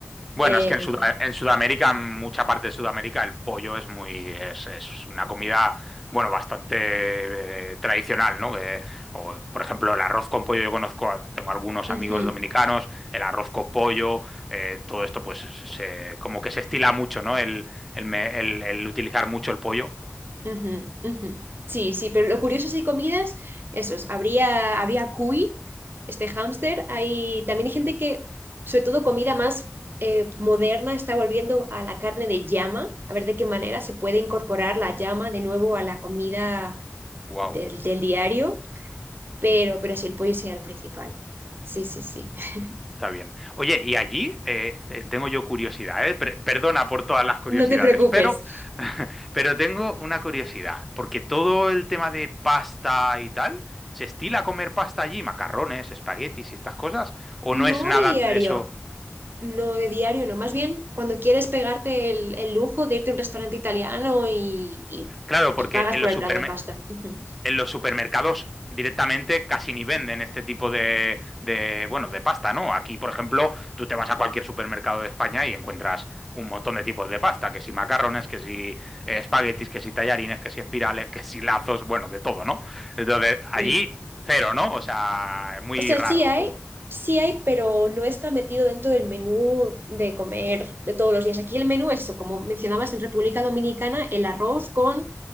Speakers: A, in the centre; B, on the right.
A: Bueno,
B: Em,
A: es que en, Suda- en Sudamérica, en mucha parte de Sudamérica, el pollo es muy, es, es una comida, bueno, bastante eh, tradicional, ¿no? Que- o, por ejemplo, el arroz con pollo, yo conozco, a- tengo algunos
B: ujú.
A: amigos dominicanos, el arroz con pollo, eh, todo esto, pues, se- se- como que se estila mucho, ¿no? El, el, me- el- el utilizar mucho el pollo.
B: Ujú, ujú. Sí, sí, pero lo curioso si hay comidas, esos, habría, habría cuy, este hámster, hay también hay gente que, sobre todo comida más eh, moderna, está volviendo a la carne de llama, a ver de qué manera se puede incorporar la llama de nuevo a la comida
A: Guau.
B: del, del diario, pero, pero sí, el pollo sería el principal. Sí, sí, sí. <laughs>
A: Está bien. Oye, y allí eh, te- tengo yo curiosidad, ¿eh? Per- perdona por todas las curiosidades,
B: No te preocupes.
A: pero, <laughs> pero tengo una curiosidad, porque todo el tema de pasta y tal, ¿se estila comer pasta allí? Macarrones, espaguetis y estas cosas, ¿o no
B: No
A: es nada
B: de diario.
A: eso?
B: No, de diario no. Más bien, cuando quieres pegarte el, el lujo de irte a un restaurante italiano y, y-
A: Claro, porque
B: y pagas
A: en
B: por
A: los
B: el
A: supermercados
B: plato de pasta. <laughs> Ujú.
A: en los supermercados directamente casi ni venden este tipo de, de, bueno, de pasta, ¿no? Aquí, por ejemplo, tú te vas a cualquier supermercado de España y encuentras un montón de tipos de pasta, que si macarrones, que si eh, espaguetis, que si tallarines, que si espirales, que si lazos, bueno, de todo, ¿no? Entonces, allí
B: Sí.
A: cero, ¿no? O sea, es muy
B: O sea,
A: raro,
B: sí hay,
A: ¿cómo?
B: sí hay, pero no está metido dentro del menú de comer de todos los días. Aquí el menú es eso, como mencionabas en República Dominicana, el arroz con,